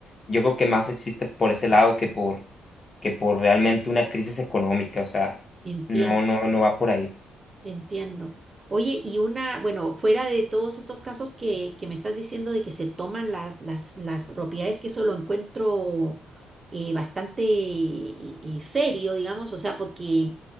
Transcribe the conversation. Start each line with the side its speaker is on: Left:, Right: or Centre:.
Left: yo creo que más existe por ese lado que por, que por realmente una crisis económica. O sea,
Right: Entiendo.
Left: no, no, no va por ahí.
Right: Entiendo. Oye, y una, bueno, fuera de todos estos casos que, que me estás diciendo de que se toman las, las, las propiedades, que eso lo encuentro eh, bastante eh, eh, serio, digamos, o sea, porque